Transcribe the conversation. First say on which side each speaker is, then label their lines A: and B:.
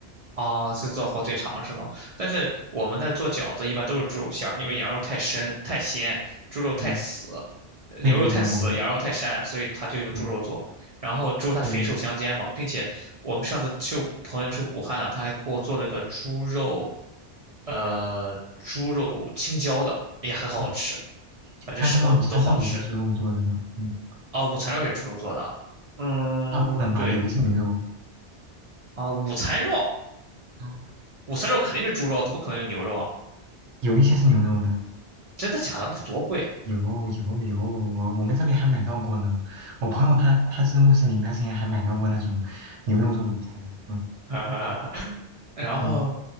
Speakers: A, on the right; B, on the right.
A: 哦，是做火腿肠是吗？但是我们那做饺子一般都是猪肉馅儿，因为羊肉太深太鲜，
B: <laughs>
A: 猪肉太死，
B: 嗯，
A: 呃牛肉太死，
B: 对对对，我们
A: 羊肉太膻，所以他就用猪肉做。
B: 嗯
A: 然后猪肉它肥瘦相间嘛，
B: 对
A: 并且我们上次去朋友是武汉的，他还给我做了个猪肉，呃，猪肉青椒的，也很好吃，
B: 嗯，
A: 反正什么都好吃
B: 还有那种午餐肉也是猪肉做的呢，嗯，
A: 啊。午餐肉也是猪肉做的，嗯，
B: 大部分吧，
A: 对
B: 有的是牛肉，
A: 啊，午餐肉，
B: 嗯
A: 午餐肉肯定是猪肉，怎么可能有牛肉啊？
B: 有一些是牛肉的，
A: 真的假的？那得多贵啊！
B: 有有有，我我们这边还买到过呢。我朋友他他是穆斯林，
A: 哦，
B: 他之前还买到过那种牛肉做的午餐的，嗯
A: <laughs> 然后
B: 嗯。